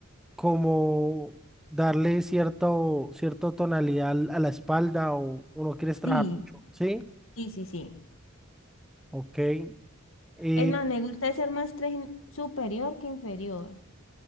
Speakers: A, in the centre; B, on the left.
A: como darle cierto, cierto tonalidad al- a la espalda o, o no quieres trabajar
B: Sí,
A: mucho? ¿Sí?
B: sí, sí, sí.
A: Ok. Eh,
B: Es más, me gusta ser más tren- superior que inferior.